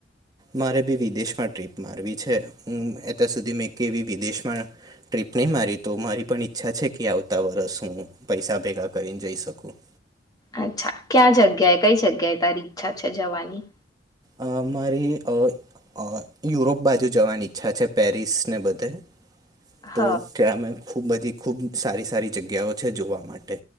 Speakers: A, on the right; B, on the left.
A: મારે બી વિદેશમાં ટ્રીપ મારવી છે, હું અત્યાર સુધી મેં કેવી વિદેશમાં ટ્રીપ નહીં મારી તો મારી પણ ઈચ્છા છે કે આવતા વરસ હું પૈસા ભેગા કરીને જઈ શકું
B: અચ્છા ક્યા જગ્યાએ કઈ જગ્યાએ તારી ઈચ્છા છે જવાની
A: અ મારી અ યુરોપ બાજુ જવાની ઈચ્છા છે પેરિસ ને બધે
B: હ
A: તો ક્યામે ખૂબ બધી ખૂબ સારી સારી જગ્યાઓ છે જોવા માટે